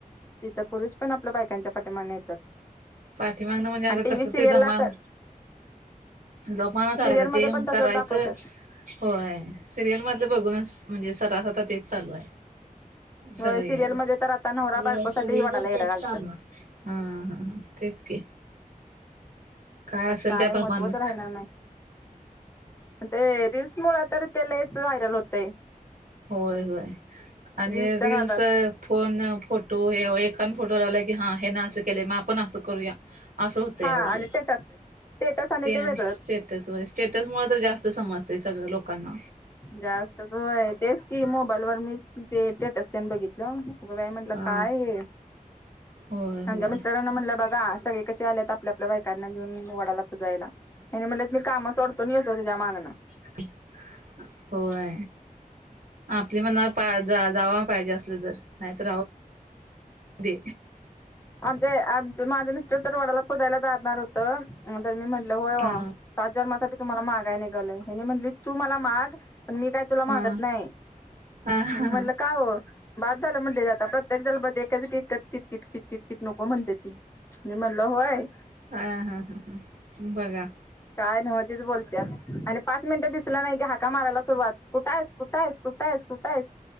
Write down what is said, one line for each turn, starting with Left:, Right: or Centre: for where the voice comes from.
Left: तिथं पुरुष पण आपल्या बायकांच्या पाठीमाने येतात
Right: पाठीमागणं म्हणजे आता
Left: आणि टी
Right: तसं
Left: व्ही सिरियलला
Right: ते जमाल
Left: तर
Right: जोमाणा चालायता
Left: सिरियलमध्ये
Right: ते
Left: पण तसंच
Right: करायचं
Left: दाखवतात
Right: होय सिरियल मधले बघूनच म्हणजे सराासता तेच चालू आहे
Left: होय
Right: सगळीकडे
Left: सिरियलमध्ये तर आता नवरा बायकोसाठी
Right: सगळीकड
Left: वडाला येडं
Right: तेच
Left: घालतात
Right: चालू हा हा ह तेच की काय
Left: तर
Right: असेल ते आपण
Left: महत्त्वच
Right: माण
Left: राहणार नाही ते रीलल्स मुळ तर त्यालाच व्हायरल होतय
Right: होय होय आणि
Left: रील्सच्या
Right: रीलीलस
Left: नादात
Right: फोन फोटो हे एका फोटो लावला की हा हे ना असं केले मग आपण अस करूया असं होतं
Left: हा
Right: यावी
Left: आणि टेटस टेटस आणि
Right: ते
Left: वेगळंच
Right: त्यास स्टेटस मु तर जास्त समजत सगळं लोकांना
Left: जास्तचय तेच कि मोबाईल वर मी तेटच त्यांनी बघितलं बाई म्हंटलं
Right: अ
Left: काय हे
Right: होय
Left: म्हज्या
Right: होय
Left: मिस्टरांना म्हटलं बघा सगळे क आल्यात आपल्या आपल्या बायकांना घेऊन वडाला पुजायला आणि म्हण मी काम सोडतून येतो त्याच्या मागन
Right: अ होय आपल्या मनाला पा जा जावा पाहिजे असलं जर आयत ते
Left: आम ते आमचं माझं मिस्टर तर वडाला फोदायला जााारणार होत तरर मी म्हटलं होय
Right: हा
Left: सात जन्मासाठीठी तुम्हाला मागाय निघालय हेनी म्हटली तू मला माग पण मी काय तुला मागत
Right: हा
Left: नाही
Right: हा हा
Left: मी म्हणलं का हो बाद झाला म्हटलं जाता प्रत्येक झालं बकाचकाच किट किट कित कितकी नको म्हणते ती मी म्हणलं होय
Right: हा हा ह ह बघा
Left: काय नव्ह तेच बोलत्यात आणि पाच मिनिटं दिसला नाही की हाका माराला सुरुवात कुठं आहेस कुठं आहेस कुठे आहेस कुठं आहेस